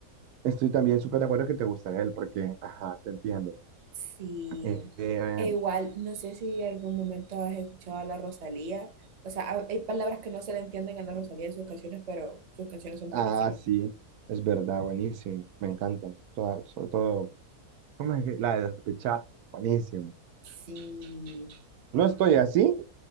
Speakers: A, on the right; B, on the right.
A: estoy también súper de acuerdo que te gusta él, porque, ajá, te entiendo.
B: Sí,
A: Eh, eh,
B: e igual, no sé si en algún momento has escuchado a la Rosalía. O sea, ha- hay palabras que no se le entienden a la Rosalía en sus canciones, pero sus canciones son
A: Ah,
B: buenísimas.
A: sí, es verdad, buenísimo, me encantan. Toda- sobre todo, ¿cómo es que la de despechar? Buenísimo.
B: Sí,
A: No estoy así,